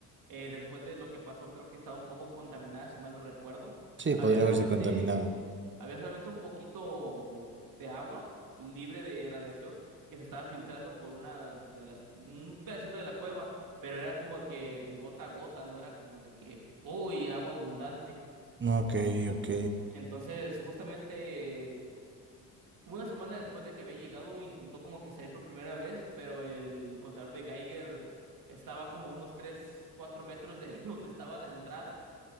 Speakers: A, on the right (about 45°); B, on the right (about 25°).
A: eh, después de lo que pasó, creo que estaba un poco contaminada, si mal no recuerdo.
B: Sí,
A: Había
B: podría
A: solamente,
B: haberse contaminado.
A: había solamente un poquito de agua libre de radiación que se estaba filtrando por una de las, un pedacito de la cueva, pero era como que de gota a gota, no era como de que, uy, agua abundante.
B: Ok, ok.
A: Entonces, justamente una semana después de que había llegado, intentó como que salir por primera vez, pero el contador de Geiger estaba como unos 3 4 metros de <laughs> donde estaba la entrada